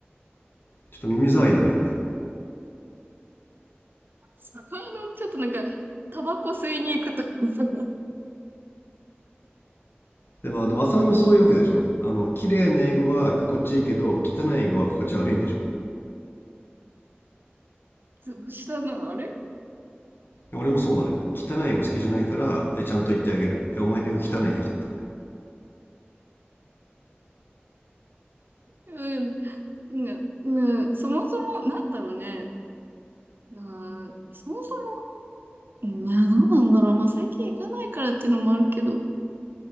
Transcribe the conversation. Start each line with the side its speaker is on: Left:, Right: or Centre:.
Left: ちょっと耳障りなのよね。
Right: そあの、ちょっとなんか、タバコ吸いに行くとかさ、
Left: でも、でも、あさみもそういうわけでしょあの、綺麗な英語が心地いいけど、汚い英語は心地悪いんでしょ
Right: つぶしたな、あれ
Left: 俺もそうなのよ。汚い英語好きじゃないから、えちゃんと言ってあげる。えお前の英語汚いよって。
Right: うん、うん、うんそもそも、なんだろうね。うそもそも、うんいや、どうなんだろう。まあ、最近行かないからっていうのもあるけど、